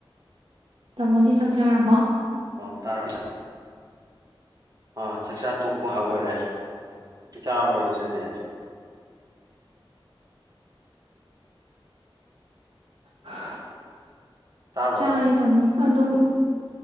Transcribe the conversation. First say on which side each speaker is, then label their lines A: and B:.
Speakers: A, on the right (about 80°); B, on the right (about 45°).
A: ꯇꯥꯃꯣꯗꯤ ꯆꯥꯛ ꯆꯔꯕꫭ
B: ꯑ ꯇꯥꯔ ꯆꯥꯛ ꯑꯥ ꯆꯥꯛꯆꯥ ꯇꯣꯛꯄ ꯉꯥꯏꯍꯥꯛ ꯑꯣꯏꯔꯦ ꯆꯥꯛ ꯆꯥꯔꯕꫭ ꯏꯆꯟꯗꯤ
A: ꯍꯥ
B: ꯇꯥꯔꯕ꯭ꯔꯣ
A: ꯆꯔꯦ ꯇꯥꯃꯣ ꯑꯗꯣ